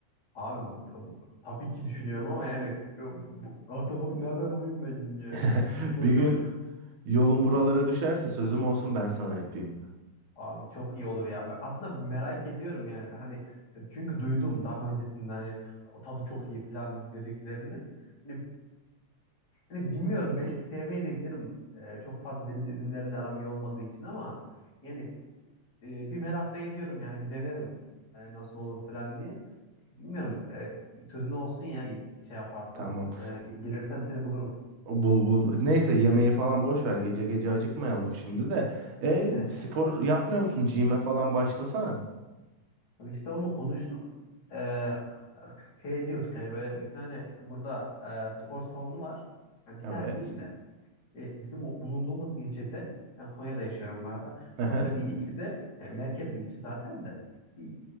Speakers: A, on the left; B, on the right.
A: Abi bu tab- tabii ki düşünüyorum ama yani e, bu, bu- ahtapotu nerede bulayım da yiyeyim yani.
B: <laughs>
A: Bu- O,
B: Bir
A: o çok
B: gün yolun buralara düşerse sözüm olsun ben sana yapayım.
A: Abi çok iyi olur ya. Ben aslında merak ediyorum yani. Ben hani çünkü duydum daha öncesinde hani o tadı çok iyi falan dediklerini. Hani, hani bilmiyorum belki sevmeyi de bilirim. Ee, çok fazla deniz ürünleriyle aram iyi olmadığı için ama yani e, bir merak da ediyorum yani bir denerim e, nasıl olur falan diye. Bilmiyorum. E, sözün olsun ya şey yaparsan.
B: Tamam.
A: E, gelirsem seni bulurum.
B: O Bul bul. Neyse yemeği falan boş ver. Gece gece acıkmayalım şimdi de. E
A: <laughs>
B: spor yapmıyor musun? Gym'e falan başlasana.
A: İşte onu konuştuk. Ee, şey diyorduk hani böyle bir tane burada e, spor salonu var. Yani bir
B: Evet.
A: tane değil de e, bizim o bulunduğumuz ilçede ben Konya'da yaşıyorum bu arada.
B: <laughs>
A: Konya'da bir ilçede yani merkez bir ilçe zaten de bir